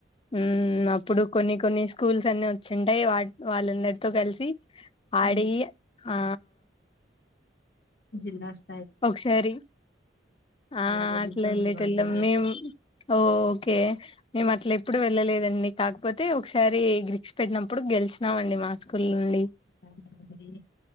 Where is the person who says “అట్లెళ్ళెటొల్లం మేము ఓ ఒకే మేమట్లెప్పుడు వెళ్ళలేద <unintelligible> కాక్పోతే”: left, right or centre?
Left